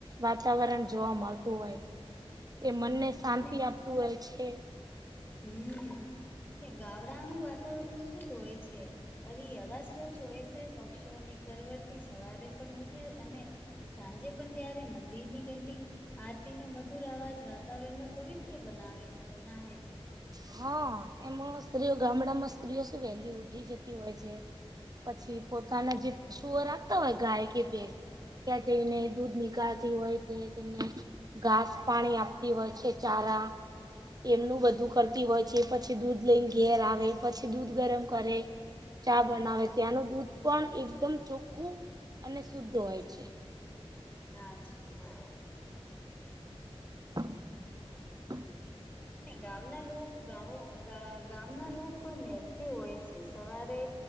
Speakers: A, on the right; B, on the left.
A: વાતાવરણ જોવા મળતું હોય છે. એ મનને
B: હમ
A: શાંતિ આપતું હોય છે.
B: હમ્મ ને ગાવડાનું વાતાવરણ શુંદ હોય છે. અરી હવા સ્વચ્છ હોય શે, પક્ષીઓની કરવડતી સવારે પણ ઉઠે અને સાંજે પણ ત્યારે મંદિર ની ઘંટી આરતી નો મધુર અવાજ વાતાવરણ નો પવિત્ર બનાવે બનાવે છે.
A: હા, એમાં સ્ત્રીઓ ગામડામાં સ્ત્રીઓ શું વહેલી ઉઠી જતી હોય છે. પછી પોતાના જે પશુઓ રાખતા હોય, ગાય કે ભેસ ત્યાં જઈને. દૂધ નીકાળતી હોય તે તેમને. ઘાસ પાણી આપતી હોય છે ચારા, એમનું બધું કરતી હોય છે, પછી દૂધ લઈને ઘેર આવે, પછી દૂધ ગરમ કરે. ચા બનાવે, ત્યાંનું દૂધ પણ એકદમ ચોખ્ખું અને શુદ્ધ હોય છે.
B: સાચી વાત
A: <inaudible>
B: અને ગાવના લોક ગાવ ગા ગામના લોક મહેનતી હોય છે, સવારે